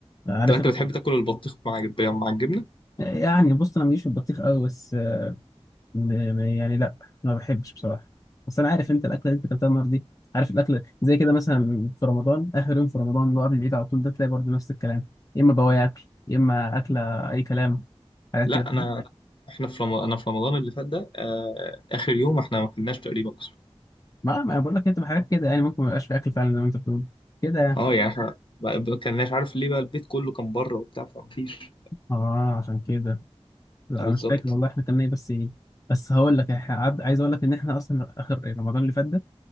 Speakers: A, on the left; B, on the left.
A: عارف
B: طب انت
A: ال...
B: بتحب تاكل البطيخ مع مع الجبنه
A: يعني بص انا ماليش في البطيخ قوي بس آه، م- يعني لا ما بحبش بصراحه بس انا عارف انت الاكله اللي انت اكلتها النهارده دي عارف الاكل زي كده مثلا في رمضان اخر يوم في رمضان اللي هو قبل العيد على طول ده تلاقي برضه نفس الكلام يا اما بواقي اكل يا اما اكله اي كلام حاجات
B: لا
A: كده
B: انا احنا في رمضان انا في رمضان اللي فات ده آه... اخر يوم احنا ما كناش تقريبا اصلا
A: ما ما بقول لك هي بتبقى حاجات كده يعني ممكن ما يبقاش في اكل فعلا زي ما انت بتقول كده يعني.
B: اه يعني احنا ما ما كناش عارف ليه بقى البيت كله كان بره وبتاع فمفيش
A: اه عشان كده لا
B: بالظبط
A: أنا مش فاكر والله احنا كنا ايه بس ايه بس هقول لك إحنا قعد- عايز اقول لك ان احنا اصلا اخر رمضان اللي فات ده